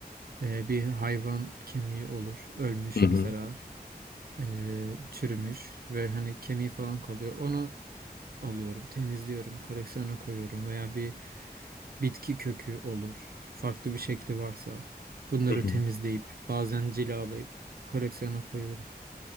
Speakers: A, on the right (about 65°); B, on the left (about 80°).
A: e, bir hayvan kemiği olur. Ölmüş
B: Hı hı.
A: mesela. eee, çürümüş ve hani kemiği falan kalıyor. Onu alıyorum, temizliyorum, koleksiyona koyuyorum veya bir bitki kökü olur. Farklı bir şekli varsa bunları
B: Hı hı.
A: temizleyip bazen cilalayıp koleksiyona koyuyorum.